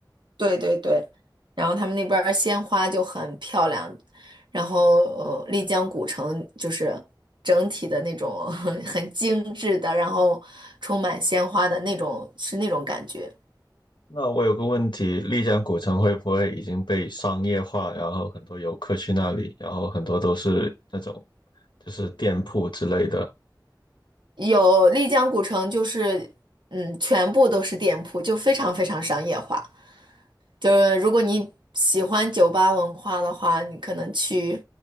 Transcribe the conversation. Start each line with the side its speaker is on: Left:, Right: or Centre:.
Right: 对对对，然后他们那边儿鲜花就很漂亮，然后呃丽江古城就是整体的那种 <laughs> 很精致的，然后充满鲜花的那种是那种感觉。
Left: 那我有个问题，丽江古城会不会已经被商业化，然后很多游客去那里，然后很多都是那种就是店铺之类的，
Right: 有丽江古城就是嗯全部都是店铺，就非常非常商业化。就是如果你喜欢酒吧文化的话，你可能去，